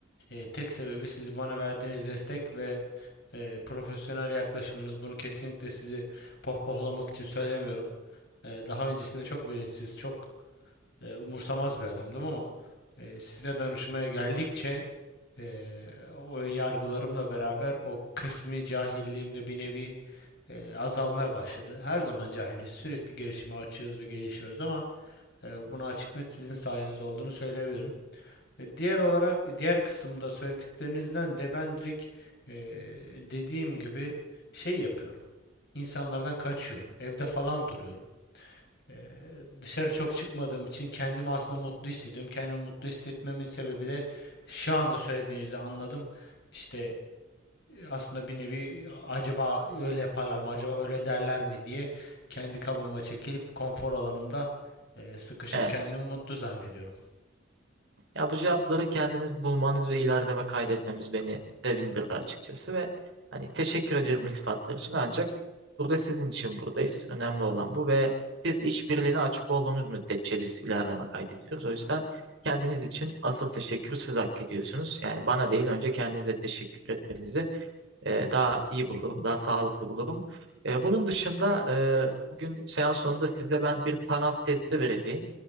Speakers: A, on the left; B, on the right.
A: eee, tek sebebi siz bana verdiğiniz destek ve eee, profesyonel yaklaşımınız. Bunu kesinlikle sizi pohpohlamak için söylemiyorum. Eee, daha öncesinde çok bilinçsiz, çok eee, umursamaz bir adamdım ama eee, size danışmaya geldikçe eee o ön yargılarımla beraber o kısmi cahilliğim de bir nevi e, azalmaya başladı. Her zaman cahiliz. Sürekli gelişime açığız ve gelişiyoruz ama e, bunu açık net sizin sayeniz olduğunu söyleyebilirim. E, diğer olarak diğer kısımda söylediklerinizden de ben direkt e, dediğim gibi şey yapıyorum. İnsanlardan kaçıyorum. Evde falan duruyorum. E, dışarı çok çıkmadığım için kendimi aslında mutlu hissediyorum. Kendimi mutlu hissetmemin sebebi de şu anda söylediğinizi anladım. İşte aslında bir nevi acaba öyle yaparlar mı, acaba böyle derler mi diye kendi kabıma çekilip konfor alanımda e, sıkışıp
B: <laughs>
A: kendimi mutlu zannediyorum.
B: Ya bu cevapları kendiniz bulmanız ve ilerleme kaydetmemiz beni sevindirdi açıkçası ve hani teşekkür ediyorum iltifatlar için ancak burada sizin için buradayız. Önemli olan bu ve siz işbirliğine açık olduğunuz müddetçe biz ilerleme kaydediyoruz. O yüzden kendiniz için asıl teşekkür siz hak ediyorsunuz. Yani bana değil önce kendinize teşekkür etmenizi e, daha iyi bulurum, daha sağlıklı bulurum. E, bunun dışında e, bugün seans sonunda size ben bir panel testi vereceğim